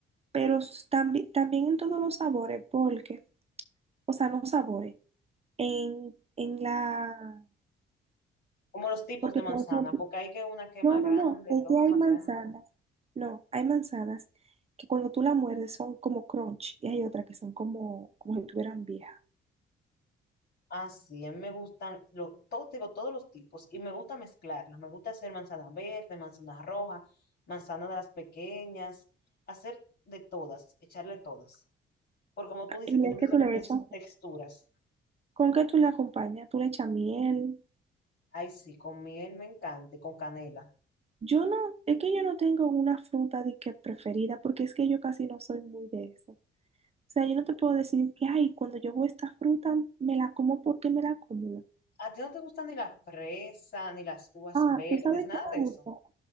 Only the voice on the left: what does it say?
Como los tipos
de manzana,
porque hay que una que es
más
grande,
roja
más
grande.
Así, a mí me gustan, lo, todo, te digo, todos los tipos, y me gusta mezclarlas. Me gusta hacer manzana verde, manzana roja, manzana de las pequeñas, hacer de todas, echarle todas. Porque como tú dices,
tienen
diferentes
texturas.
Ay, sí, con miel me encanta y con canela.
¿A ti no te gusta ni la fresa, ni las uvas
verdes,
nada
de
eso?